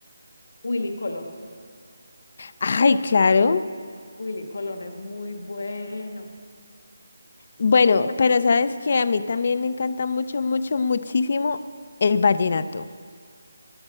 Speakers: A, on the left; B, on the left.
A: Willy Colón.
B: Ay, claro.
A: Willy Colón es muy bueno.
B: Bueno,
A: Y sa-
B: pero sabes que a mí también me encanta mucho, mucho, muchísimo el vallenato.